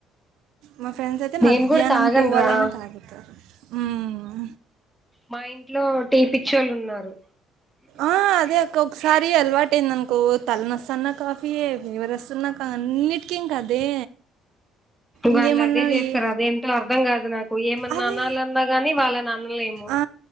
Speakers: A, on the right; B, in the centre.
A: మా ఫ్రెండ్స్ అయితే
B: నేను
A: మధ్యాహ్నం
B: కూడా తాగను
A: ట్వల్వ్
B: రా
A: అయినా తాగుతారు మ్మ్.
B: మా ఇంట్లో టీ పిచ్చోళ్ళు ఉన్నారు
A: ఆ అదే అక్క ఒకసారి అలవాటు అయింది అనుకో తలనొస్తున్న కాఫీయే ఫీవర్ వస్తున్నా కా అన్నిటికి ఇంక అదే
B: వాళ్ళు
A: ఇంకేమన్నా
B: అదే చేస్తారు
A: ఈ-
B: అదేంటో అర్థం కాదు నాకు ఏమన్నాన్నాలన్నా
A: అదే
B: గాని వాళ్ళననలేము
A: ఆ